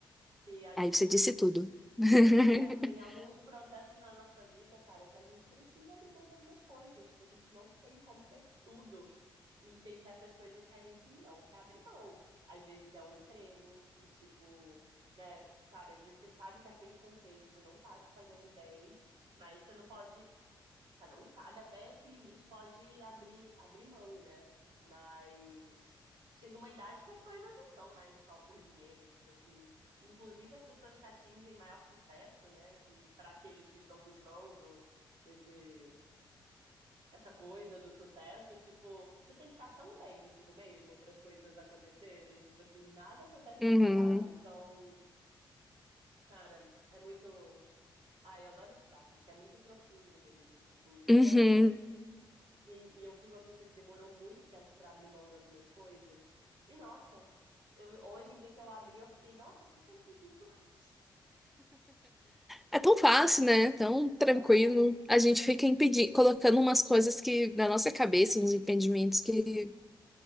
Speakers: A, on the right; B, in the centre.
A: que a gente,
B: aí você disse tudo. <laughs>
A: é, cara, tem alguns processos na nossa vida, cara, que a gente precisa abrir mão de algumas coisas, tipo, a gente não tem como ter tudo, e tem certas coisas que a gente não quer abrir mão. Às vezes é um emprego, e tipo, né, cara, às vezes você sabe que aquele contexto não tá te fazendo bem, mas você não pode, Cada um sabe até que limite pode abrir, abrir mão, né? Mas chega uma idade que as coisas não são mais só por dinheiro, tipo assim. Inclusive as pessoas que atingem maior sucesso, né? Assim, para aqueles que estão buscando esse, essa coisa do sucesso, tipo, você tem que estar tão bem contigo mesmo para as coisas acontecerem, tipo assim, nada acontece
B: Uhum,
A: forçado. Então, cara, é muito. Ah, eu adoro esses papos, que é muito profundo mesmo. Tipo,
B: uhum.
A: como eu tô ne- E, e eu fui uma pessoa que demorou muito tempo para abrir mão de algumas coisas. E nossa, eu- hoje em dia que eu abri, eu fiquei, nossa, por que que eu não fiz isso antes?
B: É tão fácil, né? Tão tranquilo.
A: <laughs> É,
B: A gente fica impedindo, colocando umas coisas que na nossa cabeça, uns impedimentos que.